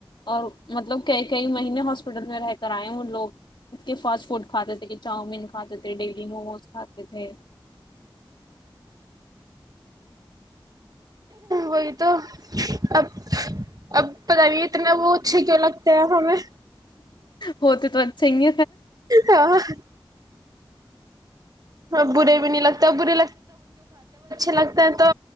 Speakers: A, on the left (about 60°); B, on the right (about 45°).
A: اور مطلب کئی مہینے ہاسپٹل میں رہ کر آئے وہ لوگ اس کے فاسٹ فوڈ کھاتے تھے کہ چاؤمین کھاتے تھے ڈیلی موموز کھاتے تھے <inaudible>
B: وہی تو اب اب پتا نہیں اتنا وہ اچھے کیوں لگتے ہیں ہمیں
A: ہو تو چ <unintelligible> <unintelligible>
B: ہاں <unintelligible> اچھے لگتے ہیں تو